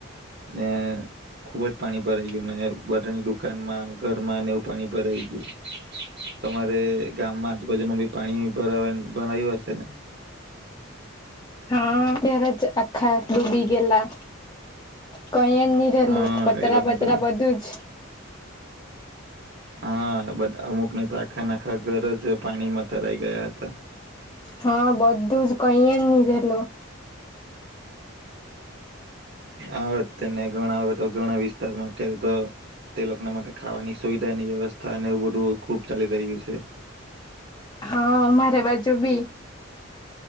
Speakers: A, on the right (about 50°); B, on the left (about 20°).
A: ને ખુબ જ પાણી ભરાઈ ગયું ને બધાની દુકાનમાં ઘરમાં ને એવું પાણી ભરાઈ ગયું. તમારે ગામમાં આજુબાજુમાં બી પાણી ભરાવા ભરાય્યું હશે ને?
B: હા ત્યારે જ આખા ડૂબી ગયેલા કઈ જ પેલું
A: હા
B: પતરા
A: એ લોકોનું
B: બતરા
A: તો
B: બધું જ.
A: હા બ અમુક ને તો આખા નાખા ઘર જ પાણીમાં તરાઈ ગયા હતા.
B: હા બધું જ કઈ જ ની રેલું.
A: આવે તને ઘણા આવે તો ઘણા વિસ્તારમાં અત્યારે તો તે લોકોને માટે ખાવાની સુવિધા ની વ્યવસ્થાને એવું બધું ખુબ ચાલી રહ્યું છે.
B: હા અમારે બાજુ બી.